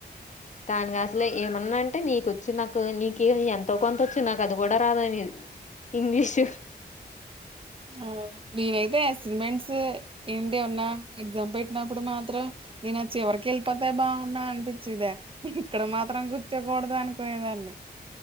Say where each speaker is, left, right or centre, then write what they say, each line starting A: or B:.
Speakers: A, on the left; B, on the right.
A: దానికి అసలే ఏమన్నా అంటే నీకొచ్చి నాకు నీకు ఎంతో కొంత వచ్చు నాకు అది కూడా రాదునేది ఇంగ్లీషు
B: అదదే నేనైతే అసన్మెంట్స్ ఏంటి ఉన్నా ఎగ్జామ్ పెట్ ప్పుడు మాత్రం నేన్ ఆ చివరికి వెళ్ళిపోతే బాగుండ్ అని అనిపించిదే ఇక్కడ మాత్రం కూర్చోకూడదు అనుకునేదాన్ని